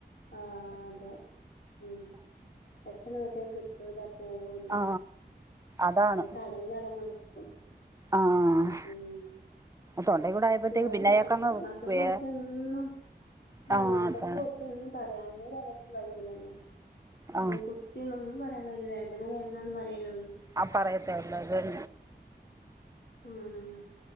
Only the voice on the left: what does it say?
ആഹ അതെ ഉം പെട്ടെന്ന് തട്ടേ കിട്ടൂല പോവൂല്ല
അത് തടഞ്ഞടങ്ങ നക്കും
ഉം
പേട
മക്ക മക്കക്ക്
പോലത്തെന്നും ആഹ
മക്കൾക്ക്
കൊറത്തൊന്നും പറയാണ്ടടെ അവക്ക് കഴൂല്ലല്ലോ
കുത്തിന്നൊന്നും പറയാാന ഇ വേദന വേദനയന്ന് പറയുള്ളൂ
ഉംആ